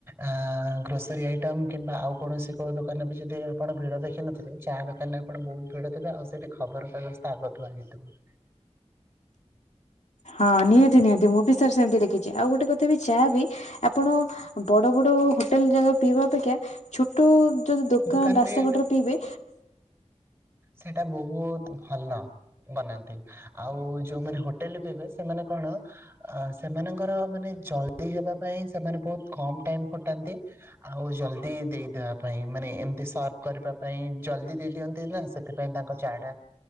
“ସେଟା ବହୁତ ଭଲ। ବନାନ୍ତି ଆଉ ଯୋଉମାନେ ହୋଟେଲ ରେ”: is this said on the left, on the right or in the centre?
Right